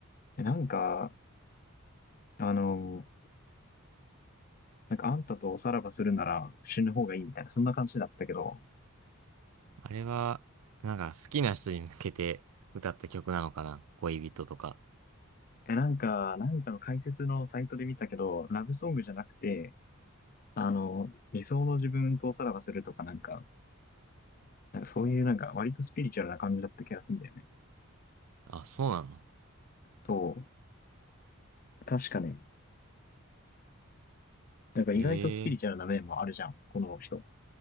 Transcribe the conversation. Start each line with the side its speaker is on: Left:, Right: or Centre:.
Left: なんか、あの、なんかあんたとおさらばするなら死ぬ方がいいみたいな、そんな感じだったけど、
Right: あれは、なんか好きな人に向けて歌った曲なのかな。恋人とか。
Left: え、なんか、何かの解説のサイトで見たけど、ラブソングじゃなくて、あの、理想の自分とおさらばするとかなんか、なんかそういうなんか割とスピリチュアルな感じだった気がするんだよね。
Right: あ、そうなの。
Left: そう。確かね。なんか意外とスピリチュアルな面もあるじゃん、
Right: へえ。
Left: この人。